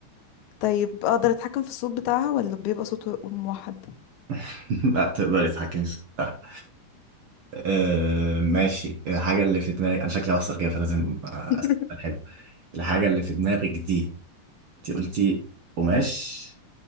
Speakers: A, on the left; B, on the right.
A: طيب اقدر اتحكم في الصوت بتاعها ولا بيبقى صوت موحد
B: <laughs> لا تقدري تتحكمي في صوتها. أه ماشي الحاجة اللي في دماغك أنا شكلي هخسر كده فلازم آه،
A: <laughs>
B: أسأل حلو الحاجة اللي في دماغك دي أنت قلتي قماش